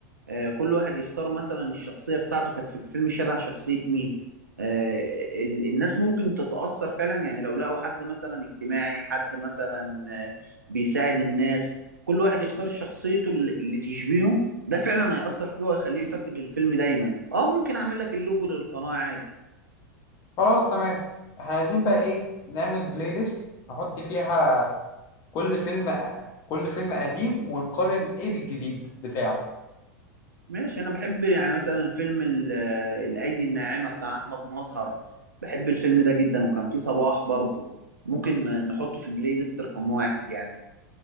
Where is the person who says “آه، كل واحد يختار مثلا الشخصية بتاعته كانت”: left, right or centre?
Right